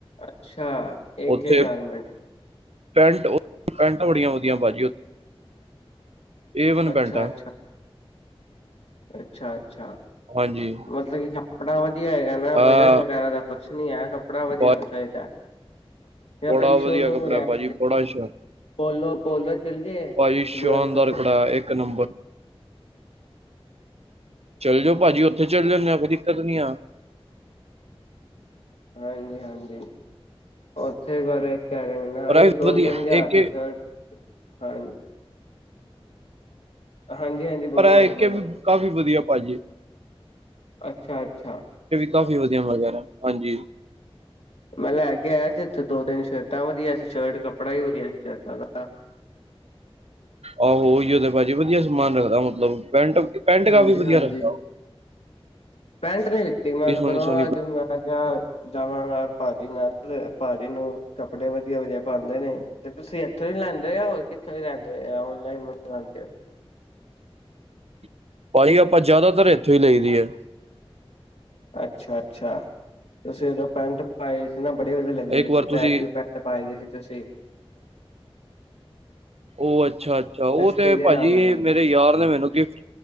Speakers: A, on the left; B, on the right.
A: ਅੱਛਾ ਇੱਕ
B: ਉੱਥੇ
A: ਇੱਕ ਗਾਰਮੈਂਟ
B: ਪੈਂਟ ਪੈਂਟਾਂ ਬੜੀਆਂ ਵਧੀਆ ਬਾਜੀੀ ਉੱਤੇੇ ਏਵਨ
A: ਅੱਛਾ
B: ਪੈਂਟਾ
A: ਅੱਛਾ ਅੱਛਾ ਅੱਛਾ
B: ਹਾਂਜੀ
A: ਮਤਲਬ ਕੀ ਆਪਣਾ ਵ ਵਧ ਹੈਗਾ ਨਾ
B: ਅਹ
A: ਬਜਟ ਵਗੈਰਾ ਦਾ ਕੋਈ ਨ ਆ ਕੱਪੜਾ ਵਧੀਆ
B: ਭਾ
A: ਏ ਫੇ ਹੈ ਕ ਜਾਂ
B: ਬੜਾ
A: ਕੋਈ ਸ਼ੋਰੂਮ
B: ਵਧੀਆ ਕੱਪੜਾ
A: ਵਗੈਰਾ
B: ਭਾਜੀ ਬੜਾ ਸ਼
A: ਪੋਲੋ ਪੋਲੋ ਚੱਲਦੀ ਹੈ
B: ਭਾਜੀ ਸ਼ਾਨਦਾਰ
A: ਯੂ ਐਸ ਪੋਲੋ
B: ਕੱਪੜਾ ਇੱਕ ਨੰਬਰ ਚੱਲ ਜਾਓ ਭਾਜੀ ਉੱਥੇ ਚਲੇ ਜਾਂਦੇ ਆ ਕੋਈ ਦਿੱਕਤ ਨੀ ਆ
A: ਹਾਂਜੀ ਹਾਂਜੀ ਉੱਥੇ ਬਾਰੇ ਕਹਿ ਰਹੇ
B: ਪਰ ਇਹ
A: ਦੋ
B: ਵਧੀਆ
A: ਤਿੰਨ ਹਜ਼ਾਰ
B: ਏਕੇ
A: ਆਦੀ ਸ਼ਰਟ <inaudible> ਹਾਂ ਹਾਂਜੀ ਹਾਂਜੀ ਬੋਲੋ
B: ਪਰ ਇਹ
A: ਬਾਾਜੀ
B: ਏਕੇ
A: ਬੋਲੋ
B: ਵੀ ਕਾਫ਼ੀ ਵਧੀਆ ਭਾਜੀ
A: ਅੱਛਾ ਅੱਛਾ
B: ਕਾਫੀ ਵਧੀਆ ਵਗੈਰਾ ਹਾਂਜੀ
A: ਮੈਂ ਲੈ ਕੇ ਆਇਆ ਸੀ ਇੱਥੇ ਦੋ ਤਿੰਨ ਸ਼ਰਟਾਂ ਵਧੀਆ ਸੀ ਸ਼ਰਟ ਕੱਪੜਾ ਹੀ ਵਧੀਆ ਸੀ ਸ਼ਰਟਾਂ ਦਾ
B: ਆਹੋ ਉਹੀਓ ਤੇ ਭਾਜੀ ਵਧੀਆ ਸਮਾਨ ਰੱਖਦਾ ਮਤਲਬ ਪੈਂਟ ਪੈਂਟ
A: ਹਾਂਜੀ
B: ਕਾਫ਼ੀ ਵਧੀਆ
A: ਹਾਂਜੀ
B: ਰੱਖਦਾ ਉਹ
A: ਪੈਂਟ ਨੀ ਲਿੱਤੀ ਮੈਂਲੋ
B: ਬੜੀ ਸੋਹਣੀ ਸੋਹਣੀ
A: ਅੱਜ ਮੈਂ ਕਿਹਾ ਜਾਵਾਂਗਾ ਭਾਜੀ ਨਾਲ ਭਾਜੀ ਨੂੰ ਕੱਪੜੇ ਵਧੀਆ ਵਧੀਆ ਪਾਉਂਦੇ ਨੇ ਤੇ ਤੁਸੀਂ ਇਥੋਂ ਹੀ ਲੈਂਦੇ ਆ ਹੋਰ ਕਿਥੋਂ ਲੈਂਦੇ ਲਾਨ ਜਾਦੇ ਹੋ
B: <unintelligible> ਆਪਾਂ ਜ਼ਿਆਦਾਤਰ ਇੱਥੋਂ ਹੀ ਲਈਦੀ ਹੈ
A: ਅੱਛਾ ਅੱਛਾ ਤੁਸੀਂ ਉਦੋਂ ਪੈਂਟ ਪਾਏ ਸੀ ਨਾ ਬੜੀ ਵਧੀਆ ਲੱਗਦੀ
B: ਇੱਕ ਵਾਰ
A: ਸੀ ਬੈਗ
B: ਤੁਸੀਂ
A: ਹੀ ਪੈਂਟ ਪਾਈ ਦੀ ਸੀ ਤੁਸੀਂ
B: ਉਹ ਅੱਛਾ ਅੱਛਾ ਉਹ
A: ਕਸ਼ਟੀ
B: ਤੇ
A: ਦੇ
B: ਭਾਜੀ
A: ਰੰਗ ਦੀ
B: ਮੇਰੇ ਯਾਰ ਨੇ ਮੈਨੂੰ ਗਿਫਟ